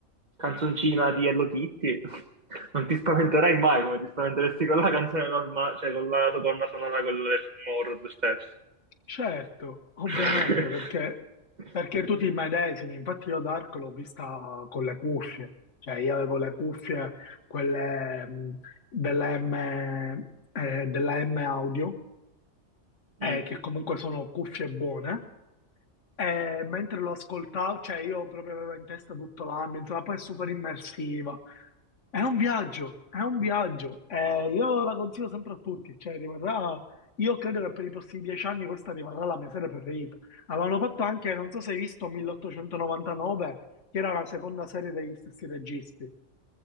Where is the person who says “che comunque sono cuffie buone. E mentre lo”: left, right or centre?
Left